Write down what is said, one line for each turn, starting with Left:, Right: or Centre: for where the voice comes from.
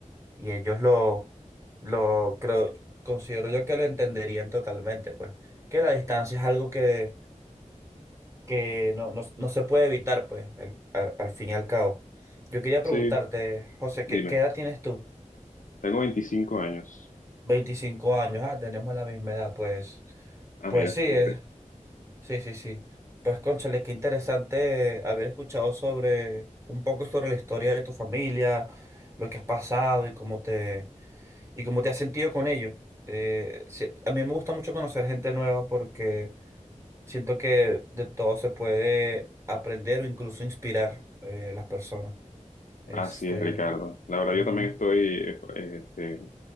Right: Y ellos lo, lo creo, considero yo que lo entenderían totalmente, pues. Que la distancia es algo que, que no, no, no se puede evitar, pues, el- al, al fin y al cabo. Yo quería
Left: Sí,
Right: preguntarte, José,
Left: dime,
Right: ¿qué, qué edad tienes tú?
Left: tengo 25 años.
Right: veinticinco años, ah, tenemos la misma edad, pues.
Left: Ah,
Right: Pues
Left: mira,
Right: sí,
Left: fíjate.
Right: es, sí, sí, sí. Pues, cónchale, qué interesante haber escuchado sobre, un poco sobre la historia de tu familia, lo que has pasado y cómo te ¿Y cómo te has sentido con ellos? Eh, sí, a mí me gusta mucho conocer gente nueva porque siento que de todo se puede aprender o incluso inspirar eh, las personas. Este,
Left: Así es, Ricardo. La verdad,
Right: ujú,
Left: yo también estoy eh, este,